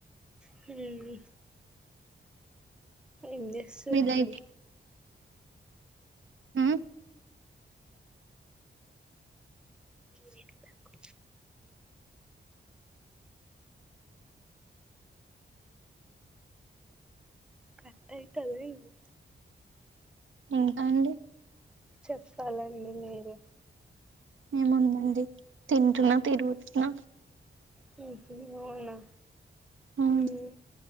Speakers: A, in the centre; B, on the right (about 85°).
A: తినెవి ఎం జెస్తరండి
B: మీ లైఫ్ మ్
A: నెను బ్యకొ కట్ అయితదా ఏంది
B: ఉంటా అండి
A: చెప్పాలం మీరె
B: ఎముంది మంది తింటున్నాం తిరుగుతున్నాం
A: హు హు ఏమన్నా
B: ఉమ్
A: మ్